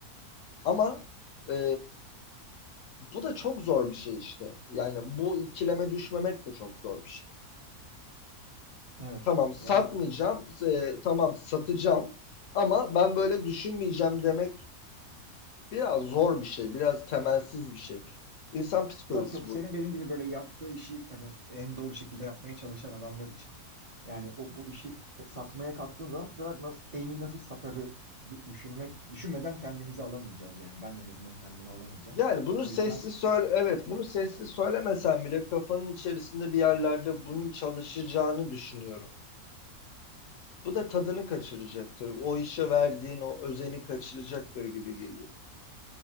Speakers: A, on the left; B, on the right.
A: Ama e, bu da çok zor bir şey işte. Yani bu ikileme düşmemek de çok zor bir şey.
B: Evet
A: Tamam satmayacağım,
B: yani
A: e, tamam satacağım ama ben böyle düşünmeyeceğim demek biraz zor bir şey, biraz temelsiz bir şey. İnsan psikolojisi
B: Yok yok
A: bu.
B: senin benim gibi böyle yaptığı işi hani en doğru şekilde yapmaya çalışan adamlar için. Yani o bu işi t- satmaya kalktığın zaman bu sefer nasıl, en iyi nasıl satarı dü- düşünmek düşünmeden kendimizi alamayacağız yani. Ben en azından kendimi alamayacağım.
A: Yani bunu
B: O
A: sesli
B: yüzden
A: söyle, evet bunu sesli söylemesen bile kafanın içerisinde bir yerlerde bunun çalışacağını düşünüyorum. Bu da tadını kaçıracaktır. O işe verdiğin o özeni kaçıracaktır gibi geliyor.